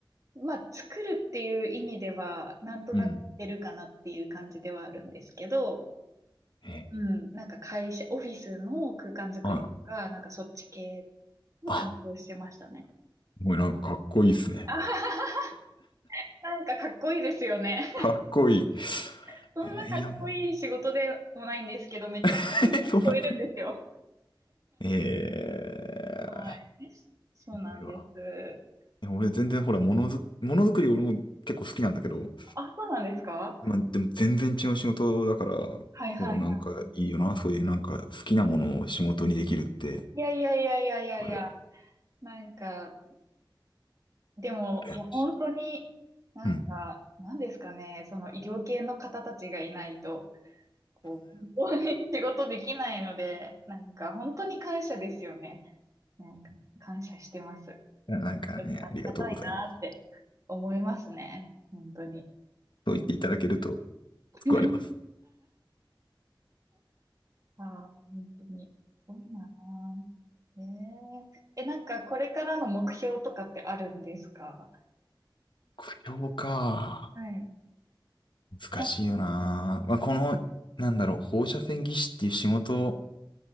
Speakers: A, on the right; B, on the left.
A: まあ、作るっていう意味では、なんとなくってるかなっていう感じではあるんですけど、
B: うん。ええ
A: うん、なんか会社、オフィスの空間づくりとか、
B: はい。
A: なんかそっち系を担当してましたね。
B: あ、もうなんかかっこいいですね。
A: あははなんかかっこいいですよね。
B: かっこいい。
A: <laughs> そんなかっこいい仕事でもないんですけど、
B: えーいや、
A: めっちゃかっこよく聞こえるんですよ。
B: <laughs> そうなんだ。ええ
A: はい。そうなんです。
B: いいわ。でも俺全然ほら、ものづ、ものづくり俺も結構好きなんだけど、
A: あ、そうなんですか
B: まあでも全然違う仕事だから、
A: はいはいは
B: こうなんかいいよな。
A: い。
B: そういうなんか好きなものを仕事にできるって、
A: いやいやいやいやいやいや、
B: 俺、
A: なんか、でも、
B: 羨ましい。
A: いや、本当に、なんか、
B: うん。
A: なんですかね、その医療系の方たちがいないと、こう、本当に <laughs> 仕事できないので、なんか、本当に感謝ですよね。なんか、感謝してます。
B: なんかね、
A: ありがたいなって思いますね。
B: ありがとうございます。
A: 本当に。
B: そう言っていただけると
A: <laughs>
B: 救われます。
A: ああ、本当に。すごいなあ。えええ、なんか、これからの目標とかってあるんですか
B: 供養か。
A: はい。
B: 難しいよな。
A: な
B: まあ、この、なんだろう、放射線技師っていう仕事